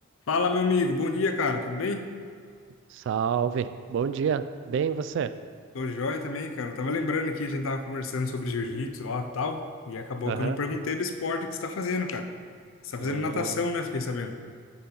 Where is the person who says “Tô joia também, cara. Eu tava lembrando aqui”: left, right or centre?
Left